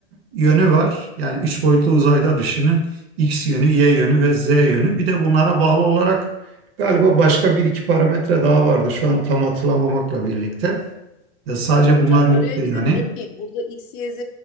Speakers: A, on the right; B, on the left.
A: yönü var. Yani 3 boyutlu uzayda düşünün. X yönü, Y yönü ve Z yönü. Bir de bunlara bağlı olarak galiba başka bir iki parametre daha vardı. Şu an tam hatırlamamakla birlikte. Ya sadece
B: Hocam
A: bunlar yoktu
B: bir araya girebilir
A: yani.
B: miyim? Burada X, Y, Z